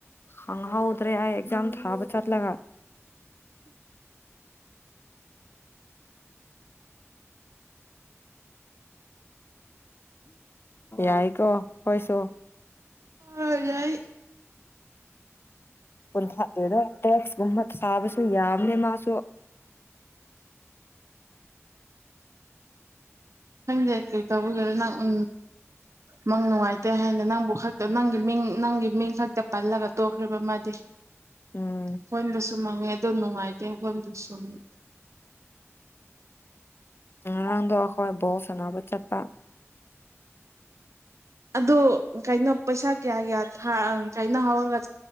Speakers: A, on the left; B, on the right.
A: ꯍꯪ ꯍꯥꯎꯗ꯭ꯔꯦ ꯑꯦꯛꯖꯥꯝ ꯊꯥꯕ ꯆꯠꯂꯒ ꯑꯦꯏ ꯀꯣ ꯀꯣꯏꯁꯨꯣ
B: ꯑꯣ ꯌꯥꯏ
A: ꯄꯨꯜꯊꯇ ꯃꯨꯝꯃꯠ ꯁꯥꯕꯁꯨ ꯌꯥꯝꯕꯅꯦ ꯃꯥꯁꯨ
B: ꯈꯪꯗꯦ ꯀꯩ ꯇꯧꯕꯤꯒꯗꯣ ꯅꯪ ꯎ ꯅꯪ ꯅꯨꯡꯉꯥꯏꯇꯦ ꯍꯥꯏꯅ ꯅꯪꯕꯨ ꯈꯛꯇ ꯅꯪꯒꯤ ꯃꯤꯡ ꯅꯪꯒꯤ ꯃꯤꯡ ꯈꯛꯇ ꯄꯜꯂꯒ ꯇꯣꯛꯈ꯭ꯔꯕ ꯑꯃꯗꯤ
A: ꯎꯝ
B: ꯍꯣꯏꯣꯟꯕꯁꯨ ꯃꯪꯉꯦ ꯑꯗꯨ ꯅꯨꯡꯉꯥꯏꯇꯦ ꯍꯣꯏꯣꯟꯗꯁꯨ ꯁꯉ
A: ꯑꯥꯡꯗ ꯍꯋꯥꯏ ꯣ ꯁꯅꯥꯕ ꯆꯠꯄ
B: ꯑꯗꯣ ꯀꯥꯏꯩꯅꯣ ꯄꯩꯁꯥ ꯀꯌꯥ ꯀꯌꯥ ꯀꯥꯏꯩꯅꯣ ꯍꯧꯔꯒ